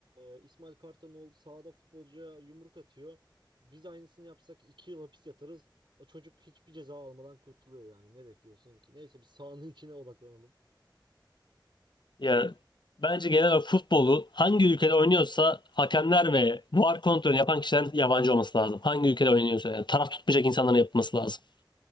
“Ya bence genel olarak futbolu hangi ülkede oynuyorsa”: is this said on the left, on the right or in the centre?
Left